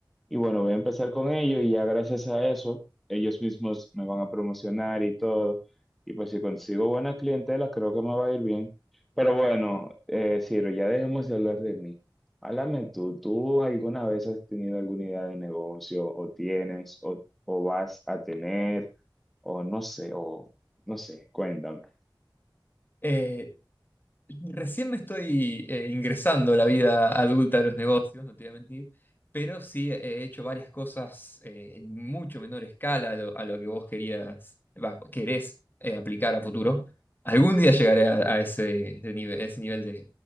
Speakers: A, in the centre; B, on the left (about 25°).
A: Y bueno, voy a empezar con ellos y ya gracias a eso, ellos mismos me van a promocionar y todo. Y pues si consigo buena clientela, creo que me va a ir bien. Pero bueno, eh, Ciro, ya dejemos de hablar de mí. Háblame tú, ¿tú alguna vez has tenido alguna idea de negocio o tienes o, o vas a tener o no sé, o no sé, cuéntame.
B: Eh, recién me estoy eh, ingresando a la vida adulta de los negocios, no te voy a mentir, pero sí he hecho varias cosas eh, en mucho menor escala a lo, a lo que vos querías, va, querés eh, aplicar a futuro. Algún día llegaré a, a ese, ese nivel, ese nivel de,